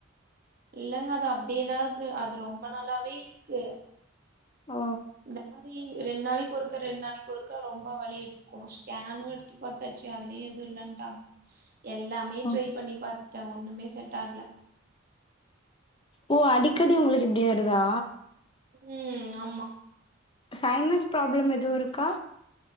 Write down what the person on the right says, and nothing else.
இல்லங்க அது அப்டே தா இருக்கு அது ரொம்ப நாளாவே இருக்கு
இந்த மாரி ரெண் நாளைக்கி ஒருக்க ரெண் நாளைக்கி ஒருக்க ரொம்ப வலி எடுத் கோ ஸ்கேனு எடுத்து பாத்தாச்சு அதுலயு எதுவு இல்லட்டாங்க எல்லாமே
ட்ரை பண்ணி பாத்துடே ஒண்ணுமே செட்டாகல
ம் ஆமா